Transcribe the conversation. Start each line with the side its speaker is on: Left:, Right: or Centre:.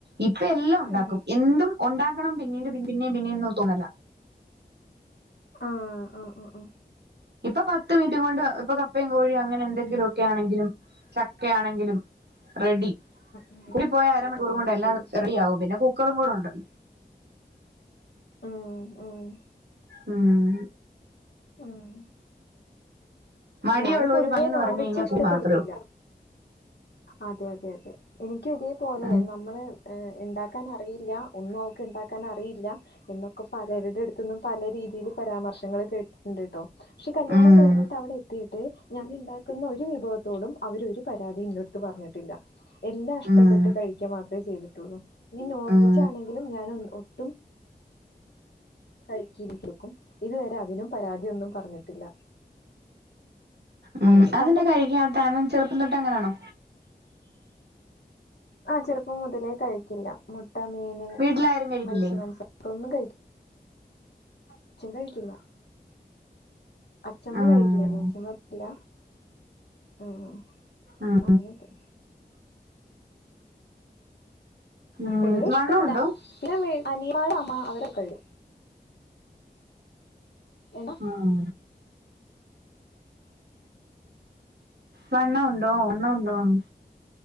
Right: ഇപ്പ എല്ലാം ഉണ്ടാക്കും
Left: ഉം
Right: എന്തും ഒണ്ടാക്കണം പിന്നീട് പിന്ന പിന്നെയും പിന്നെയൊന്നും തോന്നല
Left: ആഹ് അ അ അ
Right: ഇപ്പൊ പത്ത് മിനിറ്റും കൊണ്ട് ഇപ്പൊ കപ്പയും കോഴിയും അങ്ങനെ
Left: ഉം
Right: എന്തെങ്കിലും കെഴങ്ങ് ആണെങ്കിലും ചക്കയാണെങ്കിലും റെഡി
Left: ഉം
Right: കൂടി പോയ അരമണിക്കൂറും
Left: ആ
Right: കൊണ്ട് എല്ലാം
Left: ശരി
Right: റെഡിയാവും പിന്നെ കുക്കറും കൂടെ ഉണ്ടല്ലോ
Left: മ്മ് മ്മ്
Right: ഉം
Left: ഉം
Right: മടിയുള്ള
Left: ഞാന് പൊതുവേ
Right: ഒരു പണിയെന്ന്
Left: നോൺവെജു
Right: പറഞ്ഞു കഴിഞ്ഞാൽ
Left: ഇഷ്ടപ്പെടുന്നില്ല
Right: കു മാത്രേ ഉള്ളൂ
Left: അതെ അതെ അതെ എനിക്കു ഇതേപോലെ
Right: ഉം
Left: നമ്മളെ ഏഹ് ഇണ്ടാക്കാൻ അറിയില്ല ഒന്നും അവക്ക് ഇണ്ടാക്കൻ അറിയില്ല എന്നൊക്കെ പലരുടെ അട്ത്തു നിന്നും പല രീതിയില് പരാമർശങ്ങൾ കേട്ടിട്ടുണ്ട് കേട്ടോ പക്ഷെ കല്യാണം
Right: ഉം
Left: കഴിഞ്ഞിട്ട് അവിടെ എ എത്തിയിട്ട് ഞാൻ ഇണ്ടാക്കുന്ന ഒരു വിഭവത്തോടും അവര് ഒരു പരാതി ഇന്റെ അടുത്ത് പറഞ്ഞി ട്ടില്ല എല്ലാം ഇഷ്ടപ്പെട്ട്
Right: ഉം
Left: കഴിക്ക മാത്രേ ചെയ്തിട്ടുള്ളൂ ഇനി നോൺ
Right: ഉം
Left: വെജ് ആണെങ്കിലും ഞാൻ ഒന്ന് ഒട്ടും കഴിക്കിക്കിലുക്കും ഇതുവരെ അതിനും പരാതിയൊന്നും പറഞ്ഞിട്ടില്ല
Right: ഉം
Left: അങ്ങനെയൊക്കെ
Right: അതെന്നാ കഴിക്കാത്തെ അവൻ ചെറുപ്പം തൊട്ട് അങ്ങനാണോ
Left: ആഹ് ചെറുപ്പം മുതലേ കഴിക്കില്ല മുട്ട, മീൻ ഓഹ്
Right: വീട്ടിലാരും കഴിക്കില്ലേ
Left: മത്സ്യ മാംസം കളൊന്നും കഴി തെച്ചും കഴിക്കില്ല അച്ചമ്മ
Right: ഉം
Left: കഴിക്കില്ലേനു അച്ചമ്മ ഇപ്പില്ല മ്മ്
Right: ഉം
Left: അങ്ങനെക്കെ
Right: ഉംവണ്ണോ
Left: പൊതുവെ ഇഷ്ടല്ല
Right: ഇണ്ടോ
Left: പിന്നെ അനിയമാര് അമ്മ അവര് കഴുകും മണാ
Right: ഉം വണ്ണം ഇണ്ടോ വണ്ണം ഇണ്ടോന്ന്